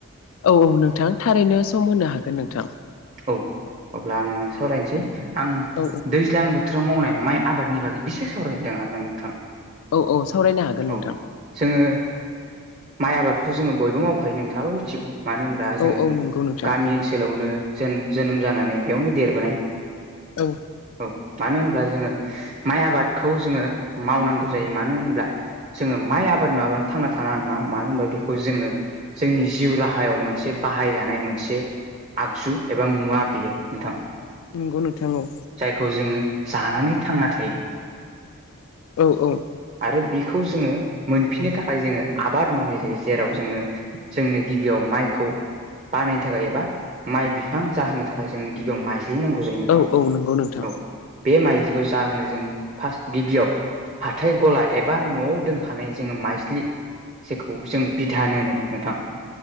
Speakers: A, on the left; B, on the right.
A: औ औ नोंथां थारैनो सम होनो हागोन नोंथां।
B: औ अब्ला आङो सावरायनसै आं
A: औ
B: दैज्लां बोथोराव मावनाय माइ आबादनि बागै एसे सावरायदो आरो नोंथां।
A: औ औ सावरायनो हागोन
B: औ
A: नोंथां।
B: जोङो माइ आबादखौ जोङो बयबो मावखायो नोंथाङाबो मिथिगौ। मानो होनब्ला
A: औ
B: जोङो
A: औ नंगौ नोंथां
B: गामि ओनसोलावनो जों जोनोम जानानै बेयावनो देरबोनाय
A: औ।
B: औ मानो होनब्ला जोङो माइ आबादखौ जोङो मावनांगौ जायो मानो होनब्ला जोङो माइ आबाद नङाबानो थांना थानो हानाय नङा मानो होनबा बेखौ जोङो जोंनि जिउ राहायाव मोनसे बाहाय जानाय मोनसे आगजु एबा मुवा बियो नोंथां।
A: नंगौ नोंथां औ।
B: जायखौ जोङो जानानै थांना थायो
A: औ औ।
B: आरो बेखौ जोङो मोनफिननो थाखाय जोङो आबाद मावनाय जायो। जेराव जोङो जोंनो गिबियाव माइ खौ बानायनो थाखाय एबा माइ बिफां जाहोनो थाखाय जोंनि गिबियाव माइ दिहुननांगौ जायो नोंथां।
A: औ औ नंगौ नोंथां
B: औ बे माइज्लिखौ जाहोनो जों फार्स्ट गिबियाव हाथाय गला एबा न'आव दोनखानाय जोङो माइज्लि जेखौ जों बिधान होनो नोंथां